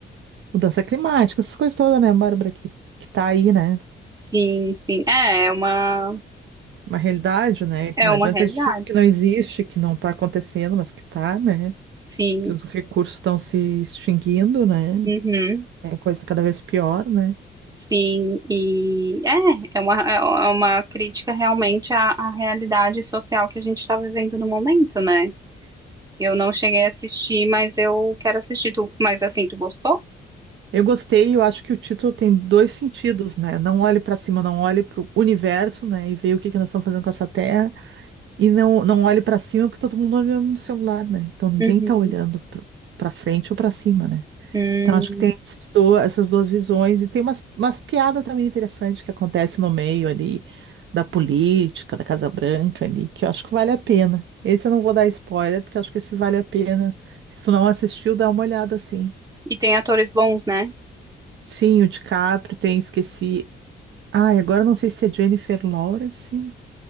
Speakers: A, on the right; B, on the right.
A: Mudança climática, essas coisas todas, né, Bárbara, que, que tá aí, né?
B: Sim, sim, é, é uma,
A: Uma realidade, né? Que
B: é
A: não
B: uma
A: adianta
B: realidade.
A: a gente fingir que não existe, que não tá acontecendo, mas que tá, né?
B: Sim,
A: Que os recursos estão se extinguindo, né?
B: uhum.
A: É coisa cada vez pior, né?
B: Sim, e é, é uma, é é uma crítica realmente à, à realidade social que a gente está vivendo no momento, né? Eu não cheguei a assistir, mas eu quero assistir. Tu, mas assim, tu gostou?
A: Eu gostei, eu acho que o título tem dois sentidos, né? Não olhe para cima, não olhe para o universo, né? E ver o que que nós estamos fazendo com essa Terra. E não, não olhe para cima, porque todo mundo olhando no celular, né? Então ninguém
B: Uhum.
A: tá olhando para frente ou para cima, né?
B: Hum.
A: Então, acho que tem esses do- essas duas visões, e tem umas, umas piadas também interessantes que acontecem no meio ali da política, da Casa Branca ali, que eu acho que vale a pena. Esse eu não vou dar spoiler, porque eu acho que esse vale a pena. Se tu não assistiu, dá uma olhada assim.
B: E tem atores bons, né?
A: Sim, o DiCaprio tem, esqueci. Ai, agora eu não sei se é Jennifer Lawrence.